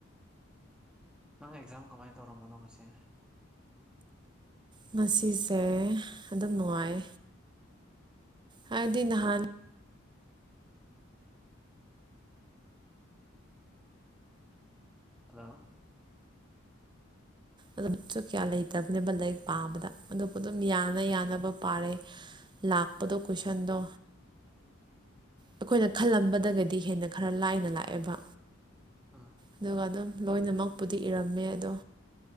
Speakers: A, in the centre; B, on the right.
A: ꯅꯪ ꯑꯦꯛꯖꯥꯝ ꯀꯃꯥꯏꯅ ꯇꯧꯔꯝꯕꯅꯣ ꯉꯁꯦ
B: ꯉꯁꯤꯁꯦ ꯑꯗꯨꯝ ꯅꯨꯡꯉꯥꯏ ꯍꯥꯏꯗꯤ ꯅꯍꯥꯟ
A: ꯍꯜꯂꯣ
B: ꯑꯗꯨꯁꯨ ꯀꯌꯥ ꯂꯩꯇꯕꯅꯦꯕ ꯂꯥꯏꯔꯤꯛ ꯄꯥꯕꯗ ꯑꯗꯨꯕꯨ ꯑꯗꯨꯝ ꯌꯥꯅ ꯌꯥꯅꯕ ꯄꯥꯔꯦ ꯂꯥꯛꯄꯗꯣ ꯀꯣꯏꯁꯟꯗꯣ ꯑꯩꯈꯣꯏꯅ ꯈꯜꯂꯝꯕꯒꯗꯤ ꯍꯦꯟꯅ ꯈꯔ ꯂꯥꯏꯅ ꯂꯥꯛꯑꯦꯕ
A: ꯎꯝ
B: ꯑꯗꯨꯒ ꯑꯗꯨꯝ ꯂꯣꯏꯅꯃꯛꯄꯨꯗꯤ ꯏꯔꯝꯃꯦ ꯑꯗꯣ